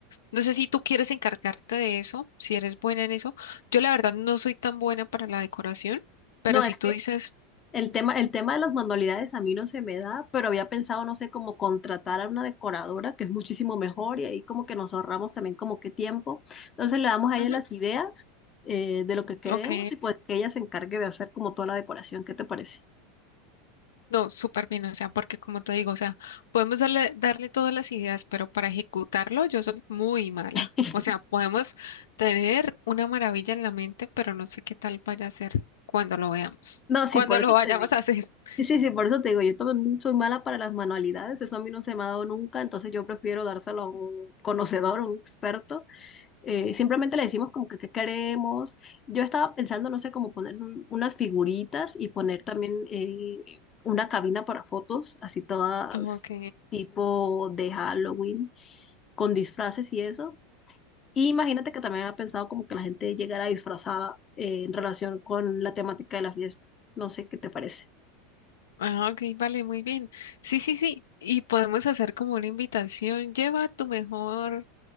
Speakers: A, on the left; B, on the left.
A: No sé si tú quieres encargarte de eso, si eres buena en eso. Yo la verdad no soy tan buena para la decoración, pero
B: No,
A: si
B: es
A: tú
B: que
A: dices,
B: El tema, el tema de las manualidades a mí no se me da, pero había pensado, no sé, como contratar a una decoradora, que es muchísimo mejor, y ahí como que nos ahorramos también como que tiempo. Entonces le damos a ella
A: "Ujú,
B: las ideas eh, de lo que queremos
A: ok,
B: y pues que ella se encargue de hacer como toda la decoración. ¿Qué te parece?
A: No, súper bien, o sea, porque como te digo, o sea, podemos darle, darle todas las ideas, pero para ejecutarlo yo soy muy mala.
B: <laughs>
A: O sea, podemos tener una maravilla en la mente, pero no sé qué tal vaya a ser cuando lo veamos,
B: No, sí,
A: cuando
B: por eso
A: lo vayamos
B: te digo.
A: a hacer. <laughs>
B: Sí, sí, sí, por eso te digo, yo también soy mala para las manualidades, eso a mí no se me ha dado nunca, entonces yo prefiero dárselo a un conocedor, a un experto. Eh, simplemente le decimos como que qué queremos. Yo estaba pensando, no sé, como poner un- unas figuritas y poner también eh, una cabina para fotos, así todas
A: Ok,
B: tipo de Halloween, con disfraces y eso. Y imagínate que también había pensado como que la gente llegara disfrazada eh, en relación con la temática de la fiesta. No sé qué te parece.
A: ah, ok, vale, muy bien. Sí, sí, sí, y podemos hacer como una invitación, lleva tu mejor